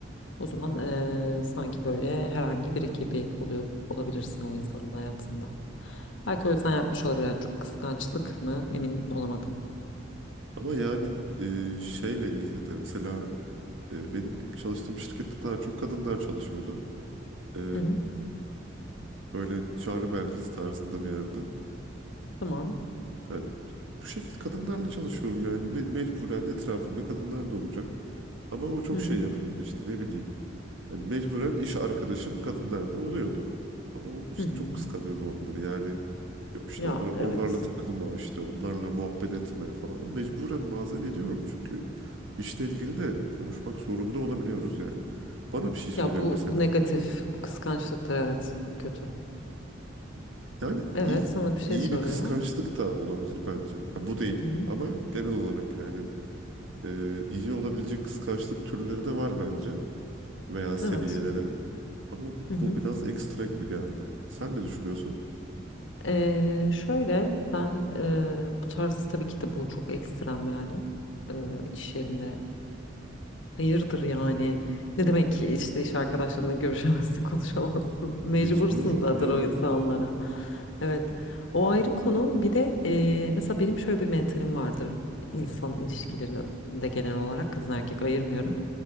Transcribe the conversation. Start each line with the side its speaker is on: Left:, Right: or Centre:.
Left: o zaman e, sanki böyle herhangi biri gibi oluyor, olabilirsin o insanın hayatında. Belki o yüzden yapmış olabilir. Yani çok kıskançlık mı emin olamadım.
Right: Ama yani e, şeyle ilgili de mesela e, benim çalıştığım şirkette daha çok kadınlar çalışıyordu. E,
Left: Hı hı.
Right: böyle çağrı merkezi tarzında bir yerde.
Left: Tamam.
Right: Yani bu şekilde kadınlarla çalışıyorum yani Me- mecburen etrafımda kadınlar da olacak. Ama o çok
Left: Hı hı.
Right: şey yapıyordu işte ne bileyim. Hani mecburen iş arkadaşım kadınlar da oluyordu. Ama o işte
Left: Hı hı.
Right: çok kıskanıyordu onları. Yani yok işte
Left: Ya
Right: onlar
Left: evet.
Right: onlarla takılma, işte onlarla muhabbet etme falan. Mecburen bazen ediyorum çünkü işle ilgili de konuşmak zorunda olabiliyoruz yani. Bana bir şey soruyor
Left: Ya bu
Right: mesela.
Left: bu negatif, bu kıskançlıktır evet. Bu kötü.
Right: Yani
Left: Evet,
Right: iyi
Left: sana bir şey
Right: iyi
Left: soruyor.
Right: bir kıskançlık da olabilir bence. Ha, bu değil
Left: Hı hı.
Right: ama genel olarak yani e, iyi olabilecek kıskançlık türleri de var bence veya seviyeleri.
Left: Evet.
Right: Ama bu,
Left: Hı hı.
Right: bu biraz ekstra gibi geldi. Sen ne düşünüyorsun?
Left: Ee, şöyle ben e, bu tarz tabii ki de bu çok ekstrem yani. Ee, iş yerinde Hayırdır yani? Ne demek ki işte iş arkadaşlarına görüşemezsin, <laughs> konuşamazsın. Mecbursun
Right: Mecburum
Left: zaten
Right: ya.
Left: o insanlara. Evet. O ayrı konu. Bir de eee, mesela benim şöyle bir mentalim vardır. İnsan ilişkilerinde genel olarak kadın erkek ayırmıyorum.